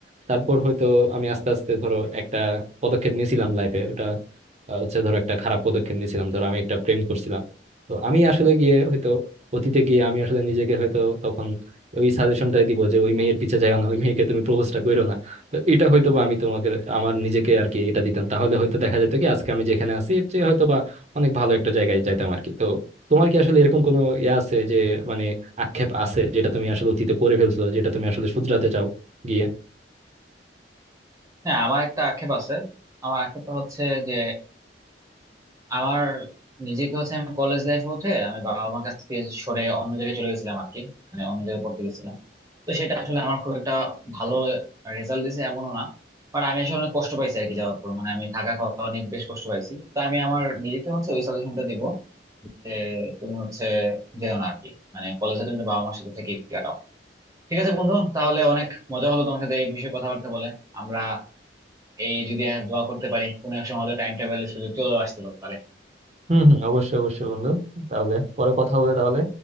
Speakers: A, on the right (about 40°); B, on the right (about 20°).
A: তারপর হয়তো আমি আস্তে আস্তে ধরো একটা পদক্ষেপ নিয়েছিলাম লাইফে ওটা আহ, হচ্ছে ধরো একটা খারাপ পদক্ষেপ নিয়েছিলাম ধরো আমি একটা প্রেম করছিলাম তো আমি আসলে গিয়ে হয়তো অতীতে গিয়ে আমি আসলে নিজেকে হয়তো তখন ওই সাজেশনটাই দিব যে ওই মেয়ের পিছে যাও না ওই মেয়েকে তুমি প্রপোজটা করো না তো এটা হয়তো বা আমি তোমাকে আমার নিজেকে আর কি এটা দিতাম তাহলে হয়তো দেখা যেত কি আজকে আমি যেখানে আছি এর চেয়ে হয়তো বা অনেক ভালো একটা জায়গায় যাইতাম আর কি তো তোমার কি আসলে এরকম কোনো ইয়ে আছে যে মানে আক্ষেপ আছে যেটা তুমি আসলে অতীতে করে ফেলছো যেটা তুমি আসলে শুধরাতে চাও গিয়ে
B: হ্যাঁ আমার একটা আক্ষেপ আছে আমার আক্ষেপটা হচ্ছে যে আমার নিজেকে হচ্ছে আমি কলেজ লাইফে উঠে আমি বাবা মার কাছ থেকে সরে অন্য জায়গায় চলে গেছিলাম আর কি মানে অন্য জায়গায় পড়তে গেছিলাম তো সেটা আসলে আমার খুব একটা ভালো রেজাল্ট দিছে এমনও না বাট আমি আসলে অনেক কষ্ট পাইছি আর কি যাওয়ার পর মানে আমি থাকা খাওয়া অনেক বেশ কষ্ট পাইছি তো আমি আমার নিজেকে হচ্ছে ওই সাজেশনটা দিব যে তুমি হচ্ছে যেও না আর কি মানে কলেজে তুমি তো বাবা মার সাথে থেকে কাটাও ঠিক আছে বন্ধু তাহলে অনেক মজা হলো তোমার সাথে এই বিষয়ে কথাবার্তা বলে আমরা এই যদি আর দোয়া করতে পারি কোনো এক সময় হয়তো টাইম ট্রাভেলের সুযোগ চলেও আসতে পারে
A: হম হম অবশ্যই অবশ্যই বন্ধু তাহলে পরে কথা হবে তাহলে